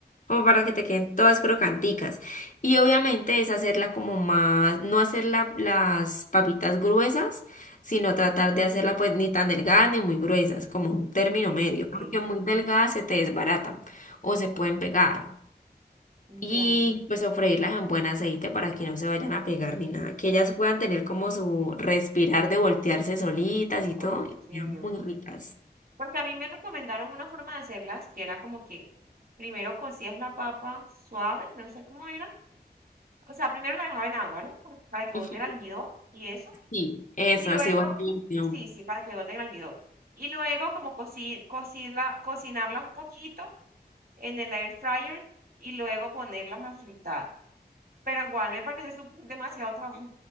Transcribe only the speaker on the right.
Ok,
ok.
Ya.
Ok,
ok.
Porque a mí me recomendaron una forma de hacerlas que era como que primero cocías la papa suave, no sé cómo era. O sea, primero la dejaba en agua, ¿no? Por- Para que bote
el almidón y eso.
Y luego,
sí, sí, para que bote el almidón. Y luego como coci- cocirla, cocinarlas un poquito en el air fryer y luego ponerlas a fritar. Pero igual me parece sup- demasiado trabajo.